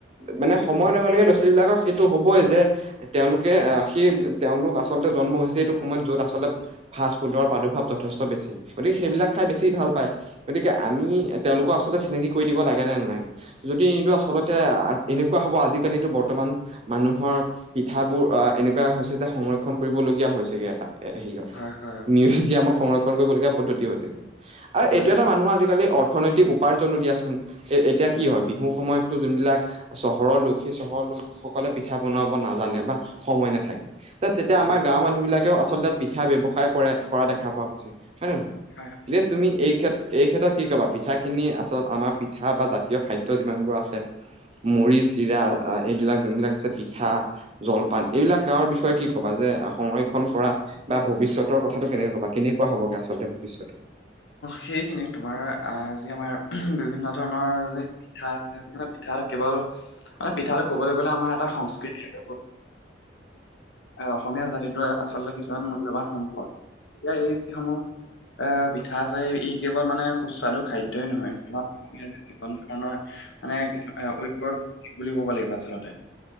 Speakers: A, on the right; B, on the left.
A: মানে সময়ৰ লগে লগে ল'ৰা ছোৱালীবলাকক সেইটো হ'বই যে, তেওঁলোকে আহ সেই তেওঁলোক আচলতে জন্ম হৈছে এইটো সময়ত যত আচলতে ফাষ্ট ফুডৰ প্ৰাদুৰ্ভাৱ যথেষ্ট বেছি গতিকে, সেইবিলাক খাই বেছি ভাল পায়। গতিকে আমি তেওঁলোকক আচলতে চিনাকি কৰি দিব লাগে নে নালাগে? যদি নিদো আচলতে এনেকুৱা হ'ব আজিকালিতো বৰ্তমান মানুহৰ পিঠাবোৰ অ এনেকুৱা হৈছে যে সংৰক্ষণ কৰিবলগীয়া হৈছেগে এটা এ হেৰিয়ত
B: হয় হয় অ
A: মিউজিয়ামত সংৰক্ষণ কৰিবলগীয়া পদ্ধতি হৈছেগে। আৰু
B: হয়
A: এতিয়া
B: হয়
A: এটা মানুহ আজিকালি অৰ্থনৈতিক উপাৰ্জনো দিয়াচোন, এ এতিয়া
B: উম
A: কি
B: উম
A: হয় বিহু সময়ত যোনবিলাক চহৰৰ লোক সেই চহৰৰ লোকসকলে পিঠা বন নাজানে বা সময় নাথাকে। তেতিয়া
B: হয়
A: আমাৰ গাঁওৰ মানুহ বিলাকেও আচলতে পিঠা ব্যৱসায় কৰে কৰা দেখা পোৱা গৈছে। হয় নে নহয়?
B: হয় হয়
A: যে তুমি এই কেত্ৰ এই ক্ষেত্ৰত কি ক'বা? পিঠাখিনি আচল আমাৰ পিঠা বা জাতীয় খাদ্য যিমানবোৰ আছে মুড়ি, চিৰা এইবিলাক যোনবিলাক আছে পিঠা পাণ এইবিলাক গাঁৱৰ বিষয়ে কি ক'বা যে সংৰক্ষণ কৰা বা ভৱিষ্যতৰ কথাটো কেনেকুৱা বা কেনেকুৱা হ'বগে আচলতে ভৱিষ্যতলৈ?
B: সেইখিনি তোমাৰ যি আমাৰ বিভিন্ন ধৰণৰ য আ পিঠা কেৱল মানে পিঠাটো কবলৈ গ'লে আমাৰ এটা সংস্কৃতি। অসমীয়া জাতিটো আচলতে কিছুমান মূল্যবান সম্পদ। এতিয়া এই সমূহ আহ পিঠা ই কেৱল মানে সুস্বাদু খাদ্যই নহয় আমাৰ যিকোনো জীৱন ধৰণৰ মানে কিছু ঐক্যৰ প্ৰতীক বুলি ক'ব লাগিব আচলতে